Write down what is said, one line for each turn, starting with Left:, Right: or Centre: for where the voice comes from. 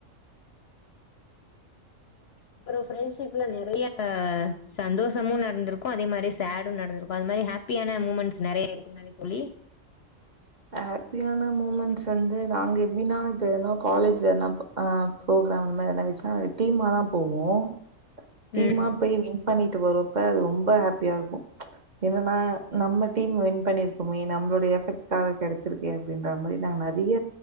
Left: அப்றோ ஃப்ரெண்ட்ஷிப்ல நெறைய சந்தோஷமும் நடந்திருக்கும் அதே மாரி சேடும் நடந்திருக்கும் அது மாரி ஹாப் பியான மூமெண்ட்ஸ் நெறைய இருக்குதானே தோழி
Right: ஹாப்பியான மூமெண்ட்ஸ் வந்து நாங்க எப்டின்னா இப்பனா காலேஜ்ல என்ன அ ப்ரோக்ராம எதா வெச்சா டீமாதா போவோ டீமா
Left: ம்
Right: போய் பண்ணிட்டு வருவரப்ப அது ரொம்ப ஹாப்பியா இருக்கு என்னன்னா நம்ம டீம் வின் பண்ணிருக்கோமே நம்பளுடைய எஃபெக்ட் காக கிடச்சிருக்கே அப்டின்ற மாரி நாங் நெறைய